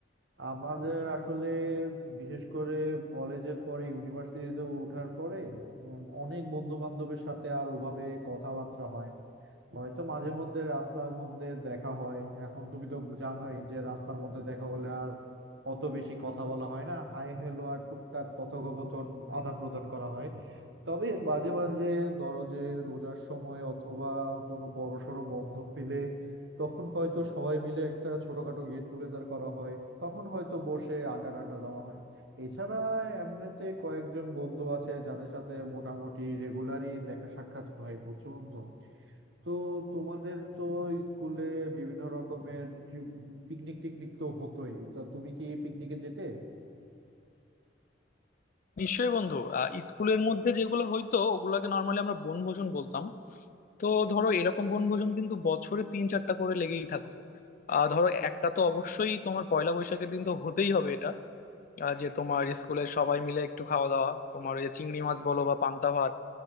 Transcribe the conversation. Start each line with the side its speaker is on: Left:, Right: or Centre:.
Right: আমাদের আসলে বিশেষ করে কলেজের পরে ইউনিভার্সিটিতে ওঠার পরে উম, অনেক বন্ধু বান্ধবের সাথে আর ওভাবে কথাবার্তা হয় না। হয়তো মাঝে মধ্যে রাস্তার মধ্যে দেখা হয় এখন তুমি তো জানোই যে রাস্তার মধ্যে দেখা হলে আর অত বেশি কথা বলা হয় না হাই হ্যালো আর টুকটাক কথোপকথন আদান প্রদান করা হয় তবে মাঝে মাঝে ধরো যে রোজার সময় অথবা কোনো বড় সড়ো বন্ধ পেলে তখন হয়তো সবাই মিলে একটা ছোটখাটো গেট টুগেদার করা হয় তখন হয়তো বসে আড্ডা টাড্ডা দেওয়া হয় এছাড়া এমনিতে কয়েকজন বন্ধু আছে যাদের সাথে মোটামুটি রেগুলারই দেখা সাক্ষাৎ হয় বুঝছো বন্ধু তো তোমাদের তো স্কুলে বিভিন্ন রকমের পিকনিক টিকনিক তো হতোই তা তুমি কি পিকনিকে যেতে
Left: নিশ্চয়ই বন্ধু আহ, স্কুলের মধ্যে যেগুলো হইতো ওগুলোকে নর্মালি আমরা বনভোজন বলতাম তো ধরো এরকম বনভোজন কিন্তু বছরে তিন চারটা করে লেগেই থাকতো আহ ধরো একটা তো অবশ্যই তোমার পয়লা বৈশাখের দিন তো হতেই হবে এটা আহ, যে তোমার স্কুলের সবাই মিলে একটু খাওয়া দাওয়া তোমার ওই যে চিংড়ি মাছ বলো বা পান্তা ভাত